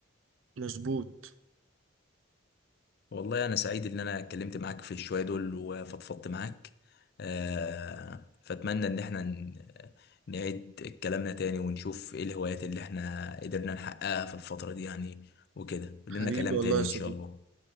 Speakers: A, on the right; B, on the left.
A: مظبوط
B: والله أنا سعيد إن أنا اتكلمت معاك في الشوية دول وفضفضت معاك آه، فأتمنى إن احنا ن- نعيد كلامنا تاني ونشوف ايه الهوايات اللي احنا قدرنا نحققها في الفترة دي يعني وكده لنا
A: حبيبي
B: كلام
A: والله
B: تاني
A: يا
B: إن
A: صديقي
B: شاء الله